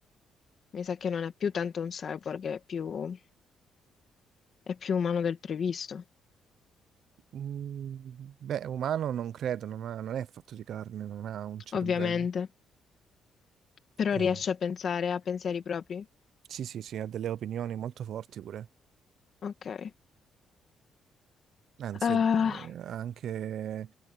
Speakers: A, on the left; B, on the right.
A: Mi sa che non è più tanto un cyborg, è più, è più umano del previsto,
B: Mm, beh, umano non credo, non ha- non è fatto di carne, non ha un cervello.
A: ovviamente. Però
B: Eh,
A: riesce a pensare a pensieri propri?
B: sì, sì, sì, ha delle opinioni molto forti pure.
A: Ok.
B: anzi,
A: Ah,
B: eh, ha anche,